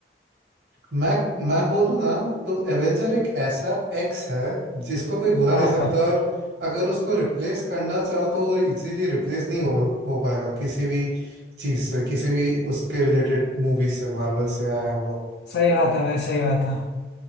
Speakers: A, on the right (about 75°); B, on the left (about 85°).
A: मैं मैं बोलूँ ना तो एवेंजर एक ऐसा एक्स है जिसको कोई भुला
B: हाँ
A: नहीं सकता और अगर उसको रिप्लेस करना चाहो तो वो इजीली रिप्लेस नहीं हो हो पाएगा किसी भी चीज से किसी भी उसके रिलेटेड मूवी से मार्वल से आया हुआ
B: सही बात है भाई सही बात है